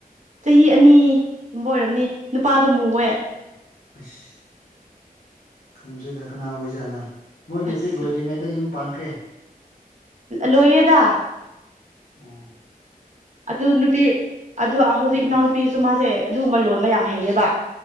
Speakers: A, on the right; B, on the left.
A: ꯆꯍꯤ ꯑꯅꯤꯒꯨꯝꯕ ꯑꯣꯏꯔꯝꯅꯤ ꯅꯨꯄꯥꯗꯨꯣ ꯃꯨꯑꯦ
B: ꯑꯁ ꯈꯪꯗ꯭ꯔꯤꯗ ꯀꯅꯥ ꯑꯣꯏꯖꯥꯠꯂꯥ ꯃꯣꯏ ꯃꯦꯇ꯭ꯔꯤꯛ
A: ꯑꯁ
B: ꯂꯣꯏꯗ꯭ꯔꯤꯉꯩꯗ ꯌꯨꯝ ꯄꯥꯟꯈ꯭ꯔꯦ
A: ꯂꯣꯏꯌꯦꯗ꯫
B: ꯎꯝ
A: ꯑꯗꯨ ꯅꯨꯄꯤ ꯑꯗ ꯍꯧꯖꯤꯛ ꯏꯅꯥꯎꯅꯨꯄꯤꯁꯨ ꯃꯥꯁꯦ, ꯑꯗꯨꯒꯨꯝꯕ ꯂꯣꯟꯕ ꯌꯥꯝ ꯍꯩꯌꯦꯕ꯫